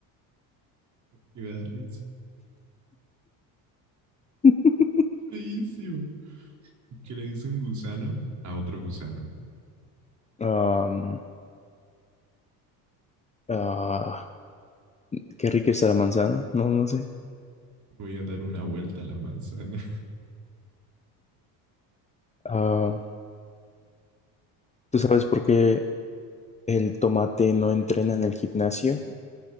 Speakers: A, on the right; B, on the left.
A: y me da risa.
B: <laughs>
A: Feísimo. ¿Qué le dice un gusano a otro gusano?
B: Ah, am, Ah, qué rica está la manzana, no, no sé.
A: Voy a dar una vuelta a la manzana.
B: Ah, ¿tú sabes por qué el tomate no entrena en el gimnasio?